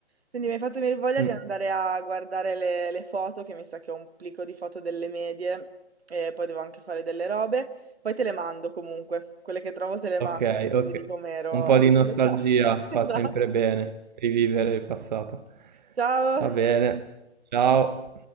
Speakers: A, on the right; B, on the right.
A: Senti, mi hai fatto venire voglia
B: Mm,
A: di andare a guardare le, le foto, che mi sa che ho un plico di foto delle medie, e poi devo anche fare delle robe. Poi te le mando comunque, quelle che trovo te le mando,
B: ok,
A: così
B: ok.
A: vedi com'ero
B: Un po'
A: a
B: di
A: quell'età.
B: nostalgia
A: <laughs> Esatto.
B: fa sempre bene, rivivere il passato.
A: Ciao!
B: Va bene, ciao.